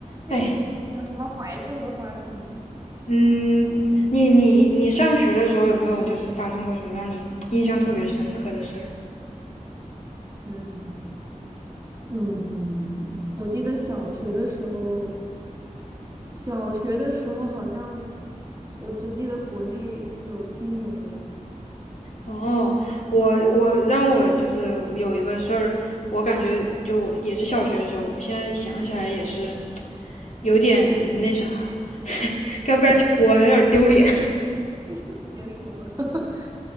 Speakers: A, on the right; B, on the left.
A: 最近有什么怀旧的话题吗？
B: 哎，嗯，你你你上学的时候有没有就是发生过什么让你印象特别深刻的事儿？
A: 嗯嗯，我记得小学的时候，小学的时候好像我只记得国内有金融危机，
B: 哦，我我让我就是有一个事儿，我感觉就我也是小学的时候，我现在想起来也是有点那啥，<laughs> 该不该说呢？有点儿丢脸。
A: <laughs> 你就别说了，<laughs>